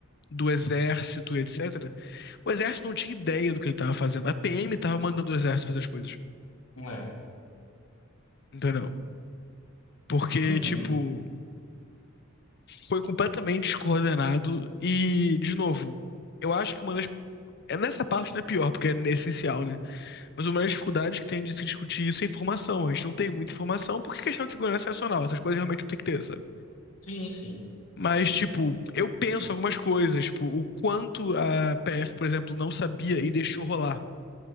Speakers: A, on the left; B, on the left.
A: do exército, etc., o exército não tinha ideia do que ele tava fazendo. A PM tava mandando o exército fazer as coisas,
B: é.
A: entendeu? Porque,
B: Uhum.
A: tipo, foi completamente descoordenado e, de novo, eu acho que uma das É nessa parte não é pior, porque é essencial, né? Mas uma das dificuldades que tem de se discutir isso é informação. A gente não tem muita informação, porque é questão de segurança nacional, essas coisas realmente não tem que ter, sabe?
B: Sim, sim.
A: Mas, tipo, eu penso algumas coisas, tipo, o quanto a PF, por exemplo, não sabia e deixou rolar.